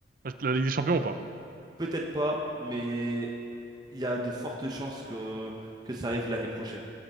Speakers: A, on the right; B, on the right.
A: la Ligue des Champions ou pas?
B: Peut-être pas, mais il y a de fortes chances que, que ça arrive l'année prochaine.